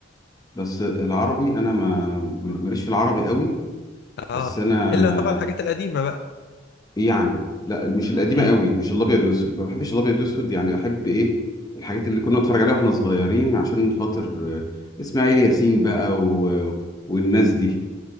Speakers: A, on the left; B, on the left.
A: بس العربي انا ما ماليش في العربي قوي
B: اه
A: بس انا
B: الا طبعا الحاجات القديمه بقى
A: إيه يعني لا مش القديمه
B: امم
A: قوي مش الابيض واسود ما بحبش الابيض واسود يعني بحب ايه الحاجات اللي كنا نتفرج عليها واحنا صغيرين عشان خاطر آه، اسماعيل ياسين بقى و... والناس دي